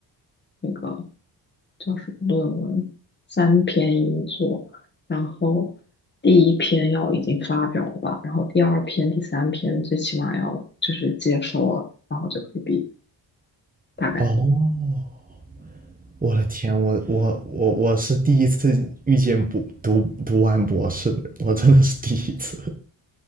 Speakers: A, on the left; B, on the right.
A: 那个。叫什么论文，三篇一作，然后第一篇要已经发表了吧，然后第二篇、第三篇最起码要就是接收了，然后就可以毕业，大概
B: 哦我的天，我我我我是第一次遇见不读读完博士的人，我真的是第一次。